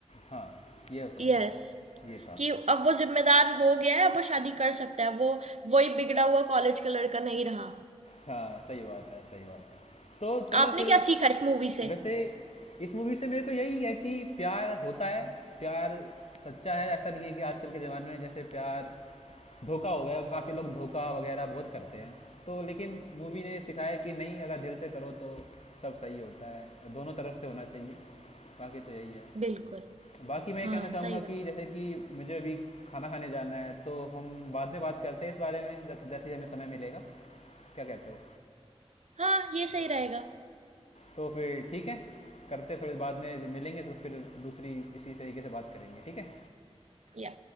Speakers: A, on the left; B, on the right.
A: हाँ ये हो सकता
B: यस
A: है ये था
B: कि अब वो जिम्मेदार हो गया है अब वो शादी कर सकता है वो वही बिगड़ा हुआ कॉलेज का लड़का नहीं रहा
A: हाँ सही बात है सही बात है तो चलो
B: आपने
A: फिर
B: क्या सीखा इस मूवी से
A: वैसे इस मूवी से मेरे को यही है कि प्यार होता है प्यार सच्चा है ऐसा नहीं है कि आजकल के ज़माने में जैसे प्यार धोखा हो गया काफ़ी लोग धोखा वगैरह बहुत करते हैं तो लेकिन मूवी ने सिखाया कि नहीं अगर दिल से करो तो सब सही होता है दोनों तरफ से होना चाहिए बाकी तो यही है
B: बिल्कुल
A: बाकी मैं ये
B: हाँ
A: कहना चाहूँगा
B: सही बात
A: कि जैसे कि मुझे अभी खाना खाने जाना है तो हम बाद में बात करते हैं इस बारे में जब- जैसे ही हमें समय मिलेगा क्या कहते हो
B: हाँ ये सही रहेगा
A: तो फिर ठीक है करते हैं थोड़ी बाद में मिलेंगे तो फिर दूसरी इसी तरीके से बात करेंगे ठीक है
B: या